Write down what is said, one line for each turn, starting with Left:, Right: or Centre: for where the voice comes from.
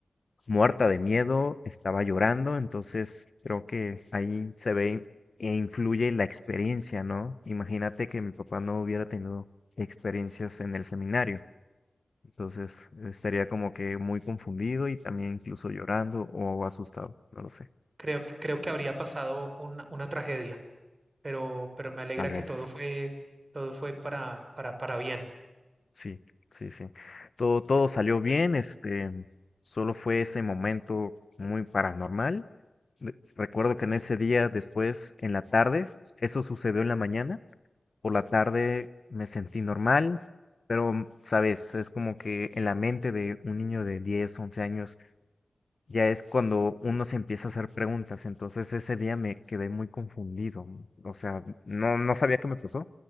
Left: muerta de miedo, estaba llorando, entonces creo que ahí se ve e influye la experiencia, ¿no? Imagínate que mi papá no hubiera tenido experiencias en el seminario, entonces estaría como que muy confundido y también incluso llorando o asustado, no lo sé,
Right: Creo, que- creo que habría pasado una, una tragedia. pero, pero me alegra
Left: tal
Right: que
Left: vez.
Right: todo fue, todo fue para, para, para bien.
Left: Sí, sí, sí. Todo, todo salió bien, este, solo fue ese momento muy paranormal. De- Recuerdo que en ese día, después, en la tarde, eso sucedió en la mañana, por la tarde me sentí normal, pero, mm, sabes, es como que en la mente de un niño de 10, 11 años, ya es cuando uno se empieza a hacer preguntas. Entonces ese día me quedé muy confundido, o sea, no, no sabía qué me pasó.